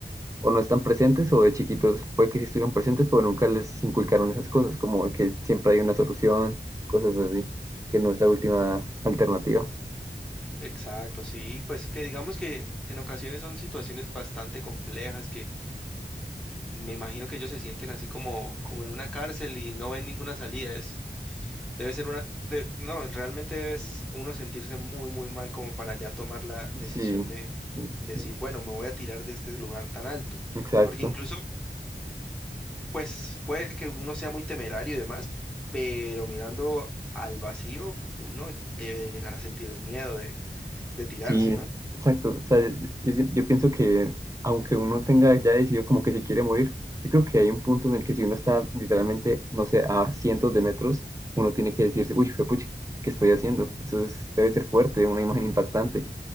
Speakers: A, on the right; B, in the centre.
A: o no están presentes o de chiquitos puede que sí estuvieron presentes, pero nunca les inculcaron esas cosas, como que siempre hay una solución, cosas así, que no es la última alternativa.
B: Exacto, sí, pues que digamos que en ocasiones son situaciones bastante complejas que me imagino que ellos se sienten así como, como en una cárcel y no ven ninguna salida. Es, debe ser una, de- no, realmente debes uno sentirse muy, muy mal como para ya tomar la decisión
A: Sí,
B: de
A: mm,
B: decir,
A: mm,
B: bueno, me voy a tirar de este lugar tan alto,
A: exacto.
B: porque incluso, pues puede que uno sea muy temerario y demás, pero mirando al vacío, uno debe llegar a sentir el miedo de, de tirarse,
A: Sí, es-
B: ¿no?
A: exacto. O sea, yo, yo pienso que aunque uno tenga ya decidido como que se quiere morir, yo creo que hay un punto en el que si uno está literalmente, no sé, a cientos de metros, uno tiene que decirse, uy, pucha, ¿qué estoy haciendo? Eso es- debe ser fuerte, una imagen impactante.